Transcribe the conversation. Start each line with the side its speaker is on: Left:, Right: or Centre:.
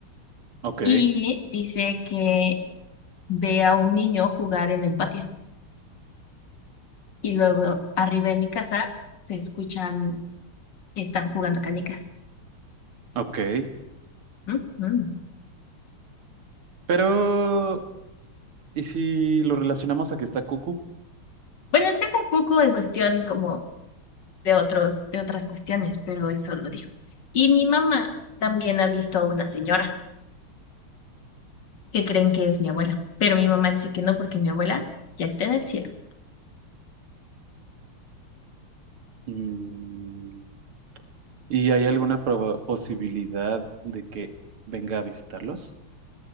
Right: Ok,
Left: Y dice que ve a un niño jugar en el patio. Y luego arriba de mi casa se escuchan, están jugando canicas.
Right: ok.
Left: Mm, mm.
Right: Pero, ¿y si lo relacionamos a que está Cucu?
Left: Bueno, es que está cucú en cuestión como de otros, de otras cuestiones, pero eso lo dijo. Y mi mamá también ha visto a una señora que creen que es mi abuela, pero mi mamá dice que no porque mi abuela ya está en el cielo.
Right: Mm, ¿y hay alguna proba- posibilidad de que venga a visitarlos?